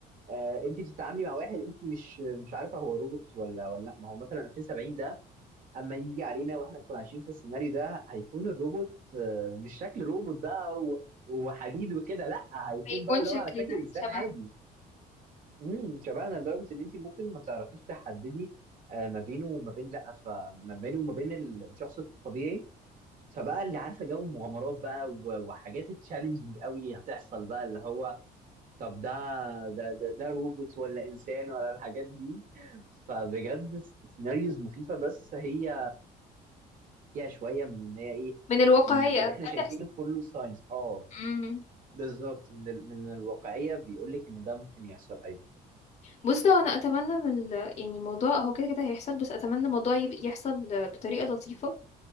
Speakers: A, on the right; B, on the left.
A: آه، انت بتتعاملي مع واحد انت مش مش عارفه هو روبوت ولا ولا لا ما هو مثلا 2070 ده اما يجي علينا واحنا نكون عايشين في السيناريو ده هيكون الروبوت آه، مش شكل روبوت بقى و- وحديد وكده لا هيكون
B: هيكون
A: بقى اللي
B: شكلنا
A: هو على شكل انسان
B: شبه
A: عادي امم شبهنا لدرجه ان انت ممكن ما تعرفيش تحددي آه، ما بينه وما بين لا فما بينه وما بين الشخص الطبيعي فبقى اللي عارفه جو مغامرات بقى و- وحاجات تشالنجينج قوي هتحصل بقى اللي هو طب ده ده ده, ده روبوت ولا انسان ولا الحاجات دي فبجد س- سيناريوز مخيفه بس هي فيها شويه من ان هي ايه
B: من الواقعية
A: اللي احنا
B: هتحصل
A: شايفينه كله ساينس اه
B: مم.
A: بالظبط من ال... من الواقعيه بيقول لك ان ده ممكن يحصل ايوه
B: بص هو انا اتمنى من ال... يعني الموضوع هو كده كده هيحصل بس اتمنى الموضوع يب- يحصل بطريقة لطيفة